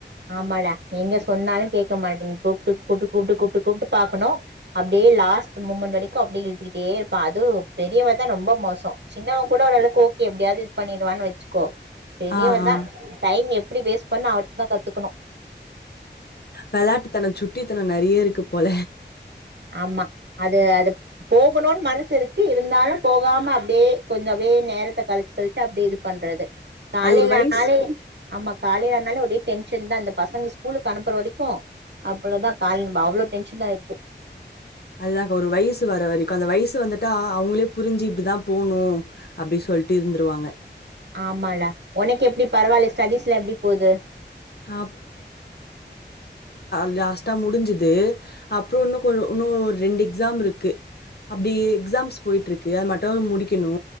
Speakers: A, on the right; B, on the left.
A: ஆமாடா எங்க சொன்னாலு கேட்க மாட்டீங் கூப்ட்டு கூப்ட்டு கூப்ட்டு கூப்ட்டு கூப்பட்டு பாக்கணு. அப்டியே லாஸ்ட் மூமெண்ட் வரைக்கு அப்டி இழுட்டுக்கிட்டே இருப்பா. அது பெரியவதா ரொம்போ மோசோ. சின்னவன் கூட ஓரளவுக்ஒகே எப்டியாது இது பண்ணிடுவேன்னு வெச்சுக்கோ. பெரியவதா
B: ஆ, ஆ.
A: டைம் எட் எப்டி வேஸ்ட் பண்ணு அவட்டதா கத்துக் கணு
B: வெளாட்டுத்தனோ சுட்டித்தனோ நெறைய இருக்கு போல
A: ஆமா அது அது போகணூன் மனசு இருக்கு இருந்தாலு போகாம அப்டியே கொஞ்சோ அப்டியே நேரத்த கழிச்சு கழிச்சு அப்டியே இது பண்றது. காலேலனாலே
B: அது ஒரு வயசு
A: ஆமா காலேலனாலே அப்டியே டென்ஷன்தா இந்த பசங்க ஸ்கூலுக்கு அனுப்புற வரைக்கு அவ்ளோதா காலேல நம்ம அவ்ளோ டென்ஷன் ஆயிருது
B: அதுதாக்கா ஒரு வயசு வர வரைக்கு அந்த வயசு வந்துட்டா அவங்களே புரிஞ்சு இப்படிதா போணு அப்டி சொல்ட்டு இருந்துருவாங்க.
A: ஆமாடா உனக்கு எப்டி பரவாயில்ல ஸ்டடீஸ்லா எப்டி போது?
B: ஆ லாஸ்டா முடிஞ்சுது அப்றோ இன்னுகொஞ்சோ ம் ரெண்டு எக்ஸாம் இருக்கு. அப்டியே எக்ஸாம்ஸ் போயிட்ருக்கு. அதமட்டு முடிக்கணு.